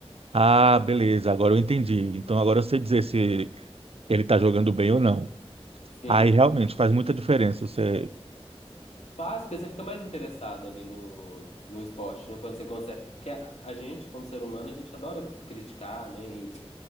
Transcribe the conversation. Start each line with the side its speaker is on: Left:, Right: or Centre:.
Right: Ah,
Left: aham.
Right: beleza, agora eu entendi. Então agora eu sei dizer se ele tá jogando bem ou não.
Left: Sim.
Right: Aí realmente faz muita diferença você,
Left: Faz, porque você fica mais interessado ali no, no esporte, né? Quando você consegue. Porque a, a gente, como ser humano, a gente adora c- criticar, né? E-